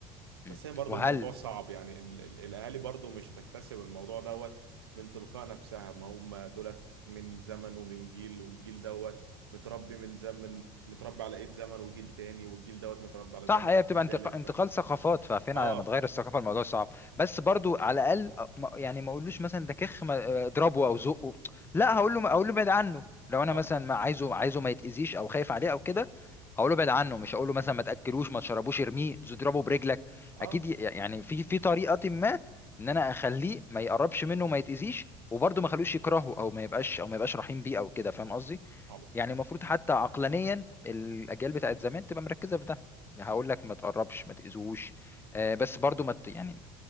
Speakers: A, on the left; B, on the right.
A: أمم.
B: بس هي برضو
A: وهل
B: الموضوع صعب يعني ال- ال- الأهالي برضو مش هتكتسب الموضوع دوت من تلقاء نفسها ما هم دولت من زمن ومن جيل والجيل دوت متربي من زمن متربي على إيد زمن وجيل تاني والجيل دوت متربي على زمن
A: صح هي
B: وجيل
A: بتبقى انتق-
B: تالت
A: انتقال
B: ف...
A: ثقافات ففين
B: اه
A: على ما تغير الثقافه الموضوع صعب بس برضو على الاقل أ- ما- يعني ما اقولوش مثلا ده كخ ما- اضربه او زقه لا هقول له هقول له ابعد عنه لو انا
B: اه
A: مثلا ما عايزه عايزه ما يتاذيش او خايف عليه او كده هقول له ابعد عنه مش هقول له مثلا ما تاكلوش ما تشربوش ارميه اضربه برجلك
B: اه
A: اكيد ي- يعني في في طريقه ما ان انا اخليه ما يقربش منه وما يتاذيش وبرضه ما اخلوش يكرهه او ما يبقاش او ما يبقاش رحيم بيه او كده فاهم قصدي
B: طبعا
A: يعني المفروض حتى عقلانيا الاجيال بتاعت زمان تبقى مركزه في ده هقول لك ما تقربش ما تاذوش آه، بس برضو ما ت- يعني